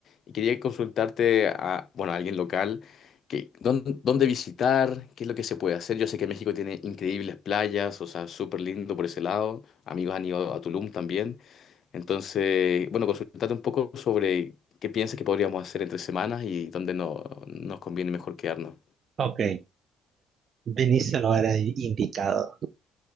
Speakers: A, on the left; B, on the right.
A: y quería consultarte a, bueno, a alguien local. Que, dónde, dónde visitar? ¿Qué es lo que se puede hacer? Yo sé que México tiene increíbles playas, o sea, súper lindo por ese lado. Amigos han ido a Tulum también. Entonces, bueno, consultate un poco sobre qué piensas que podríamos hacer entre semanas y dónde no, nos conviene mejor quedarnos.
B: Ok, eh, viniste a lo era indicado.